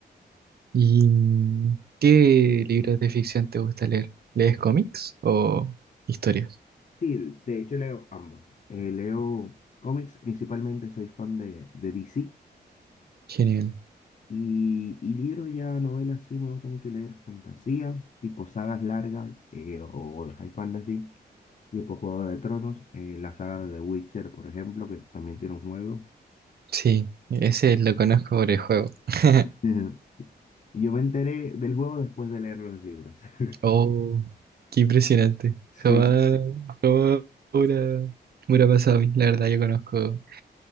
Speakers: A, on the right; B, on the left.
A: ¿Y mm, qué libros de ficción te gusta leer? ¿Lees cómics o historias?
B: Sí, de hecho leo ambos. Eh, leo cómics, principalmente soy fan de, de DC,
A: Genial.
B: Y, y libros ya, novelas, sí, me gusta mucho leer fantasía, tipo sagas largas eh, o de high fantasy, tipo Juego de Tronos, eh, la saga de The Witcher, por ejemplo, que también tiene un juego.
A: Sí, ese lo conozco por el juego. <laughs>
B: <laughs> Yo me enteré del juego después de leer los libros. <laughs>
A: Oh, qué impresionante.
B: Sí,
A: Jamás, jamás me hubiera me hubiera pasado a mí. La verdad, yo conozco